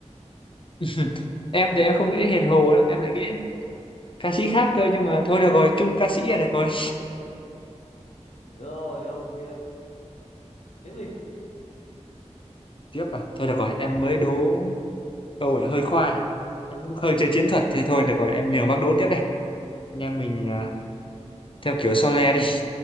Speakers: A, on the left; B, on the left.
A: <laughs> em thì em không nghĩ đến Hiền Hồ đâu em lại nghĩ đến ca sĩ khác cơ nhưng mà thôi được rồi chung ca sĩ là được rồi
B: rồi ok tiếp đi
A: tiếp à thôi được rồi em mới đố câu này hơi khoai em cũng hơi chơi chiến thuật thế thôi được rồi em nhường bác đố tiếp đây anh em mình à, theo kiểu Sole đi